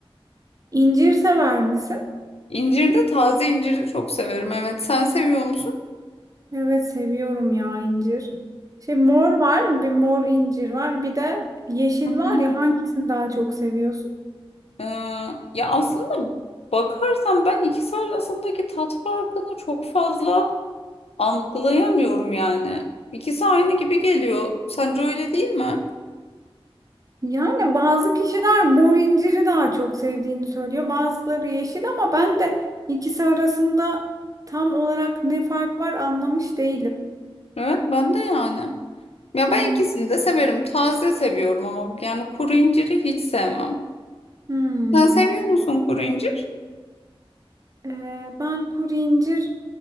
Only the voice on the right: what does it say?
İncir sever misin?
Evet seviyorum ya incir. Şey mor var, bir mor incir var, bir de yeşil
var
ya hangisini daha çok seviyorsun?
Yani bazı kişiler mor inciri daha çok sevdiğini söylüyor, bazıları yeşil ama ben de ikisi arasında tam olarak ne fark var anlamış değilim.
Hmm,
hmm.
Ee, ben kuru incir